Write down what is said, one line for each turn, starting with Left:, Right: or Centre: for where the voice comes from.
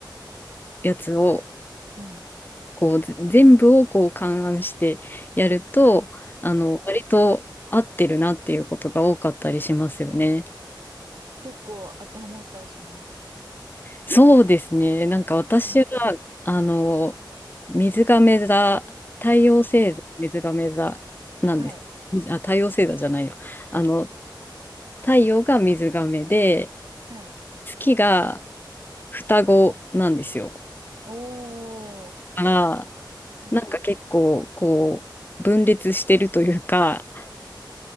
Left: やつを
Right: うん
Left: こうぜ全部をこう勘案してやるとあの割と合ってるなっていうことが多かったりしますよね。
Right: 結構当てはまったりします。
Left: そうですね。なんか私は、
Right: うん
Left: あの、水亀座、太陽星座、水亀座なんです。
Right: はい。
Left: みあ、太陽星座じゃないわ。あの、太陽が水亀で、
Right: はい。
Left: 月が双子なんですよ。
Right: おー。
Left: だから、
Right: うん
Left: なんか結構、こう、分裂してるというか、